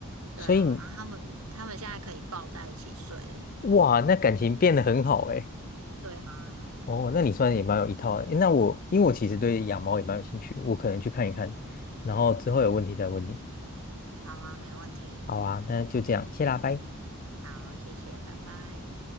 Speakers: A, on the right; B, on the left.
A: 对啊，
B: 所以
A: 然后他们他们现在可以抱在一起睡了。
B: 哇，那感情变得很好哎。
A: 对啊，
B: 哦，那你算也蛮有一套的。诶那我因为我其实对养猫也蛮有兴趣，我可能去看一看，然后之后有问题再问你。
A: 好啊，没问题，
B: 好啊，那就这样，谢啦，拜。
A: 好，谢谢，拜拜。